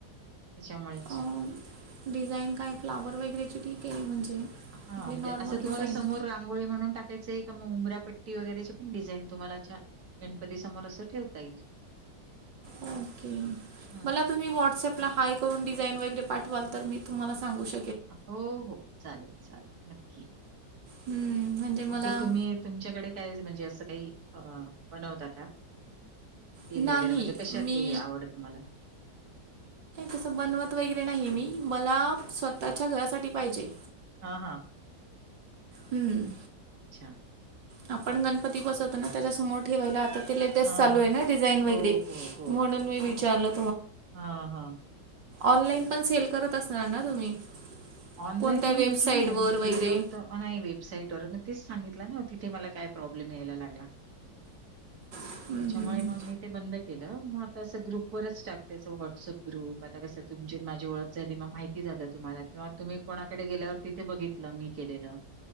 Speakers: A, on the right; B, on the right.
A: त्याच्यामुळे.
B: अ डिझाईन काय फ्लावर वगैरेची ठीके आहे म्हणजे
A: हा
B: आपली नॉर्मल
A: असं
B: डिझाईन
A: तुम्हाला समोर रांगोळी म्हणून टाकायचंय का मग उंबरा पट्टी वगैरे पण डिझाईन तुम्हाला गणपती समोर अस ठेवता येईल.
B: ओके
A: हं.
B: मला तुम्ही व्हॉट्अप हाय करून डिझाईन वगैरे पाठवाल तर मी तुम्हाला सांगू श
A: हो हो चालेल चालेल नक्की.
B: हम्म, म्हणजे मला
A: कि तुम्ही तुमच्याकडे काय म्हणजे असं काही अ बनवता का स्किल
B: नाही
A: वगैरे म्हणजे कशात
B: मी
A: ते आवडत तुम्हाला?
B: कस बनवत वैगेरे नाही मी मला स्वतःच्या घरासाठी पाहिजे.
A: हा हा.
B: हम्म.
A: <unintelligible>
B: आपण गणपती बसवतो ना त्याच्या समोर ठेवायला आता ते लेटेस्ट
A: हां,
B: चालू
A: हां.
B: आहे ना डिझाईन वगैरे
A: हो, हो, हो.
B: म्हणून मी विचारलं
A: हां हां
B: ऑनलाइन पण सेल करत असणार ना तुम्ही?
A: ऑनलाईन
B: कोणत्या वेबसाईटवर
A: मी म्हटलं ना मी
B: वगैरे
A: केलं होत नाही वेबसाईट व मग तेच सांगितलं. न तिथे मला काही प्रोब्लेम यायला लागला,
B: हम्म,
A: येण्यामुळे
B: हम्म, हम्म.
A: मग मी ते बंद केलं मग आता असं ग्रुप ववरच टाकतेच व्हॉट्सअप ग्रुप आता कस तुमची माझी ओळख झाली म माहिती झालं तुम्हाला किंवा तुम्ही कोणाकडे गेल्यावर तिथे बघितलं मी केलेलं.